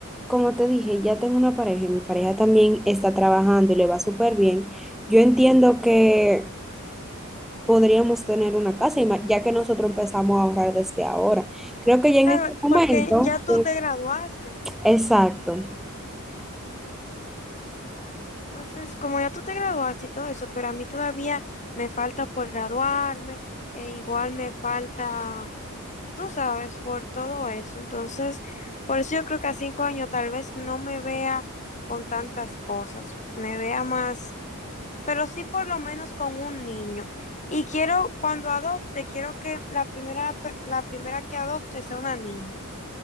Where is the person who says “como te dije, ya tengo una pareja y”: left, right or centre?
Centre